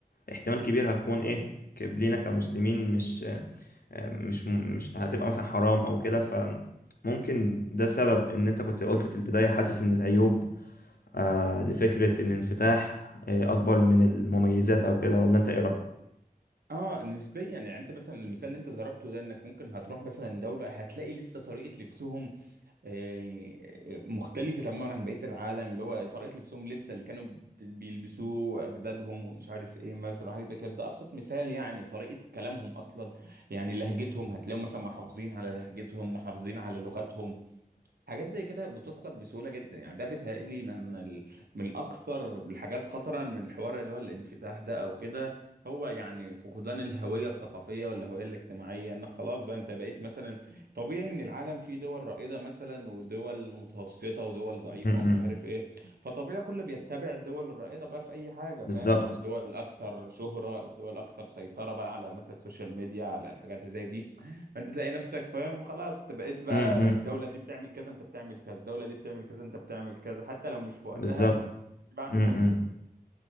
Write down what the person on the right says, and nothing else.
اه نسبيا يعني انت مثلا المثال اللي انت ضربته ده انك ممكن هتروح مثلا دولة هتلاقي لسه طريقة لبسهم آه، مختلفة تماما عن بقية العالم اللي هو طريقة لبسهم لسه اللي كانوا بي- بيلبسوه أجدادهم ومش عارف إيه مثلا حاجة زي كده ده أبسط مثال يعني طريقة كلامهم أصلا يعني لهجتهم هتلاقيهم مثلا محافظين على لهجتهم محافظين على لغتهم حاجات زي كده بتفقد بسهولة جدا يعني ده بيتهيألي من ال... من أكثر الحاجات خطرا من حوار اللي هو الانفتاح ده أو كده هو يعني فقدان الهوية الثقافية والهوية الاجتماعية إن خلاص بقى أنت بقيت مثلا طبيعي إن العالم فيه دول رائدة مثلا ودول متوسطة ودول ضعيفة
ومش
عارف إيه فطبيعي كله بيتبع الدول الرائدة بقى في أي حاجة
فاهم أو الدول الأكثر شهرة الدول الأكثر سيطرة بقى على مثلا السوشيال ميديا على الحاجات اللي زي دي انت تلاقي نفسك فاهم خلاص انت بقيت بقى
الدوله دي بتعمل كذا انت بتعمل كذا الدوله دي بتعمل كذا انت بتعمل كذا حتى لو مش في وقتها
بس بعد
مده